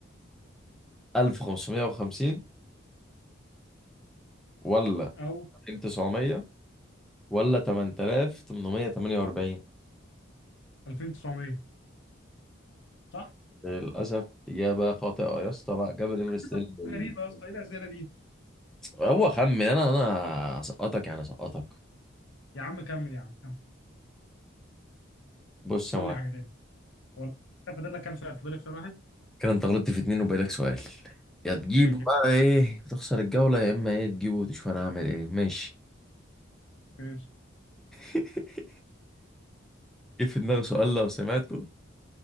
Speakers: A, in the centre; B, on the left.
A: 1550 ولا
B: او
A: 2900 ولا 8848
B: 2900 صح
A: للأسف إجابة خاطئة يا اسطى لا جبل إيفرست
B: لسه
A: إيه اللي-
B: غريبه يا اسطى ايه الاسئله دي
A: هو خمن أنا أنا هسقطك يعني هسقطك
B: يا عم كمل يا عم كمل
A: بص
B: قول
A: يا معلم
B: لي حاجه تاني والله أنت فاضل لك كام سؤال فاضل لك سؤال واحد
A: كده انت غلطت في اتنين وبقالك سؤال يا تجيبه
B: ماشي
A: بقى ايه تخسر الجولة يا اما ايه تجيبه وتشوف انا هعمل ايه ماشي
B: ماشي
A: <laughs> جه في دماغي سؤال لو سمعته